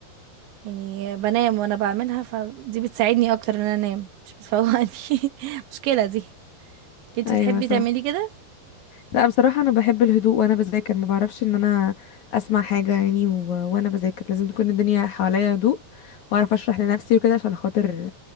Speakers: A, on the right; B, on the left.
A: يعني بنام وانا بعملها فدي بتساعدني اكتر ان انا انام مش بتفوقني <laughs> مشكلة دي انت
B: ايوه
A: بتحبي
B: صح
A: تعملي كده
B: لا بصراحه انا بحب الهدوء وانا بذاكر ما بعرفش ان انا اسمع حاجه يعني و... وانا بذاكر لازم تكون الدنيا حواليا هدوء واعرف اشرح لنفسي وكده عشان خاطر